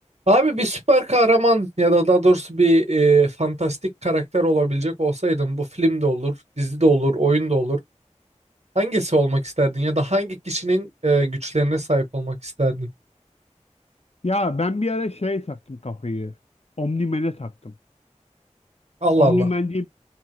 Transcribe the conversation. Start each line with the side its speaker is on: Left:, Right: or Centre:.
Right: Abi bir süper kahraman ya da daha doğrusu bir e, fantastik karakter olabilecek olsaydın bu film de olur, dizi de olur, oyun da olur. Hangisi olmak isterdin ya da hangi kişinin e, güçlerine sahip olmak isterdin?
Left: Ya ben bir ara şey taktım kafayı. Omnimen'e taktım.
Right: Allah
Left: Omnimen
Right: Allah.
Left: diye,